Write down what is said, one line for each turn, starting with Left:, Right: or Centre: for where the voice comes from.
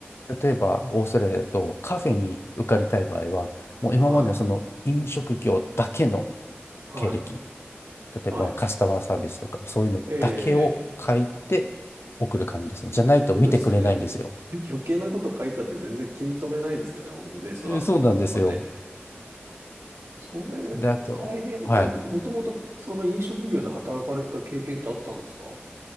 Left: 例えばオーストラリアだとカフェに受かりたい場合は、もう今までのその飲食業だけの
Right: はい、はい、
Left: 経歴、例えばカスタマーサービスとかそういうのだけを書いて送る感じですね。
Right: はい。ええ、
Left: じゃないと見てくれないんですよ。
Right: そうですよね。<laughs> 余計なこと書いたって全然気に留めないですよね、レストランのオーナーとかね。
Left: えそうなんですよ。
Right: それ、
Left: で、あと、
Right: 大変、
Left: はい。
Right: え、もともとその飲食業で働かれた経験ってあったんですか